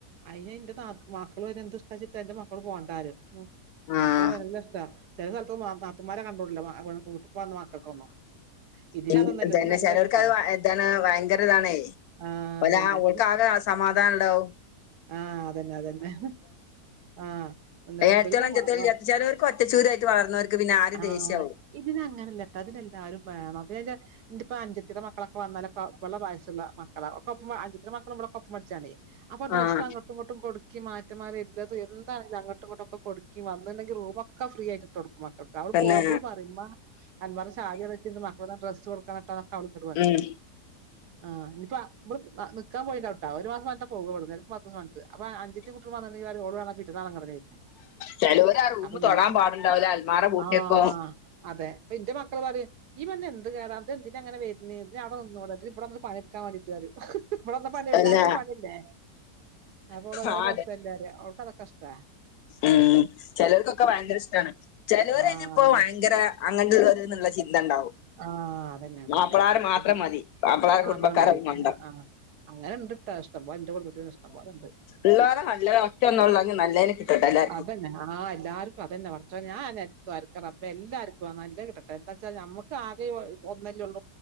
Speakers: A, on the right (about 80°); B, on the left (about 70°).
A: അയിന് അയിന്റെ ഞാ മക്കള് എന്തിഷ്ട്ടാ എന്റെ മക്കള് പോകണ്ടാറിയും ഹ്മ്മ്
B: ആഹ്
A: മക്കളെ വല്ല്യഷ്ടാ ചെല സ്ഥലത്തൊക്കേ നാ നാത്തൂമാരെ കണ്ടൂടല്ലോ വ ഇപ്പ വന്ന മക്കൾക്കൊന്നും ഇതിന്
B: ഹ്മ്മ്
A: അതൊന്നല്ല
B: തന്നെ
A: ഇതിന് നല്ല
B: ചെലോർക്ക്
A: ഇഷ്ടാ.
B: അത് ഇതാണ് ഭയങ്കര ഇതാണേ
A: ആഹ്
B: ഓല
A: അതന്നെ.
B: ഓൽക്കാകെ സമാധാനണ്ടാവും
A: ആഹ് അതന്നെ അതന്നെ ആഹ് എന്താ
B: ഏട്ടത്തിയേളും
A: ഇബല്
B: അഞ്ചത്തിയേളും ഇല്ല ചെലോൽക്ക് ഒറ്റ ചൂരായിട്ട് വളന്നവർക്ക് ആകെദേഷ്യാവും.
A: ആഹ്. ഇതിനങ്ങനല്ലട്ടോ ഇതിനെല്ലാരും വേണം പിന്നെ അയിന്റെ ഇന്റെ ഇപ്പ അഞ്ചത്തിടെ മക്കളൊക്കെ വന്നാലപ്പ ഇവളെ വയസുള്ള മക്കളാ ഒക്കെ ഒപ്പ അഞ്ചത്തിന്റെ മക്കളും ഇവളൊക്കൊപ്പം പടിച്ചാണേ അപ്പം ഡ്രസ്സങ്ങട്ടും
B: ആഹ്
A: ഇങ്ങട്ടും കൊട്‌ കൊടുക്കി മാറ്റമാരില്ലെതും എന്താണെങ്കിലും അങ്ങട്ടും ഇങ്ങട്ടൊക്കെ കൊടുക്കിം വന്ന്ണ്ടെങ്കി റൂമൊക്കെ ഫ്രീ ആയിട്ടൊട്‌ക്കും മ ക്കൾക്ക്. അവള്
B: തന്നെ
A: പോകുമ്പളും പറിം ഇമ്മാ അലമാറന്റെ ചാവി അവിടെ വെച്ചീണ്ട് മാറ്റാനിടാൻ ഡ്രസ്സൊടുക്കണട്ടോ എന്നൊക്കെ അവള് ഇങ്ങട്ട് പറിം.
B: ഉം
A: ആഹ് ഇനിയിപ്പ ഇവള് നിക്കാൻ പോയിണ്ടാവൂട്ടാ ഒരു മാസം പറഞ്ഞിട്ടാ പോവാ ഇവട്‌ന്ന്. ചെലപ്പം പത്ത് ദിവസം പറഞ്ഞിട്ട്. അപ്പൊ അൻജത്തി കുട്ടിയളും വന്ന്ട്ട്ണ്ടെങ്കില് പറിം ഓള് <unintelligible> <unintelligible>
B: ചിലവര് ആ റൂം
A: അപ്പ
B: തൊടാൻ
A: ഈ
B: പാടുണ്ടാവൂല അൽമാറ പൂട്ടിയക്കും
A: ആഹ് അതെ. അപ്പ ഇന്റെ മക്കള് പറിം ഈ പെണ്ണിന് എന്ത് കേടാ ഇത് എന്തിനാ ഇങ്ങനെ വര് ണേ ഇതിന് അവിടെ നിന്നൂടെ ഇവിടെ വന്നിട്ട് പണിയെടുക്കാൻ വാണ്ടിട്ട് വരു. ഇവിടെ വെഞ്ഞാല് പണി
B: പിന്നെ
A: എല്ലാരും വന്നാ പണിയല്ലേ അപ്പൊ ഓള് പറിം
B: ആഹ്
A: അത് രസല്ലാ പറിം അവൾക്കതൊക്കെ ഇഷ്ട്ടാ
B: ഹ്മ്മ് ചെലോൽക്കൊക്കെ ഭയങ്കര ഇഷ്ടാണ്. ചെലോലയിനിപ്പോ
A: ആഹ് അതന്നെ.
B: ഭയങ്കര അങ്ങൻത്തെ <unintelligible> ചിന്ത ഇണ്ടാവും.
A: ആഹ് അതന്നെ അതന്നെ.
B: മാപ്പളാര് മാത്രം
A: ഇത്
B: മതി. മാപ്പളളാരെ
A: മാത്രം
B: കുടുംമ്പക്കാര്
A: മതി.
B: മണ്ടാ
A: ആഹ് ആഹ്. അങ്ങനെ ഇണ്ട്ട്ട ഇഷ്ടം പോലെ എൻ്റെ കുടുംബത്തില് തന്നെ ഇഷ്ടം പോലെ ഇണ്ട്.
B: ഇള്ളോലെ നല്ലെ <unintelligible> നല്ലതിനെ കിട്ടട്ടേ എല്ലാവർക്കും.
A: അതന്നെ. ആഹ് എല്ലാരുപ്പം അതന്നെ പടച്ചോനേ ഞാൻ എല്ലാർക്കും ദുആറിക്കാ റബ്ബേ എല്ലാർക്കും നല്ലേ കിട്ടട്ടെ എന്താച്ചാ ഞമ്മ ക്കാകെ ഒ ഒന്നല്ലൊള്ളൂ.